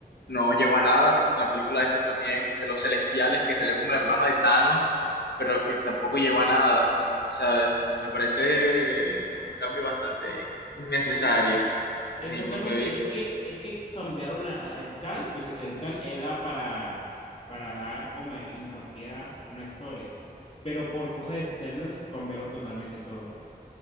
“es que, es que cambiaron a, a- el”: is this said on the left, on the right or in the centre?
Left